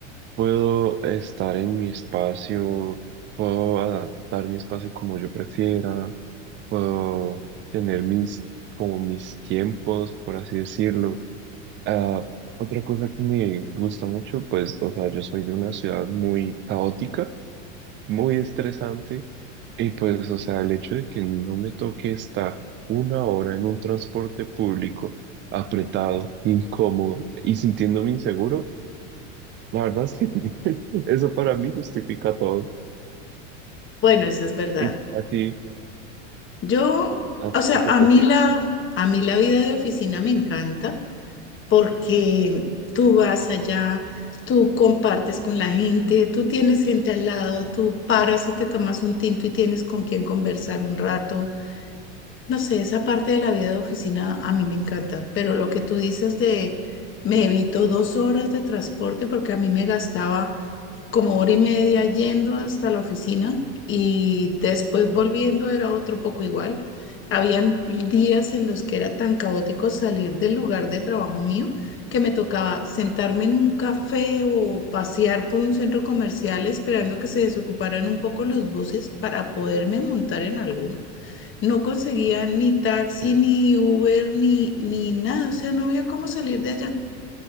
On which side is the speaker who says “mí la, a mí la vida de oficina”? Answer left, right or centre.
Left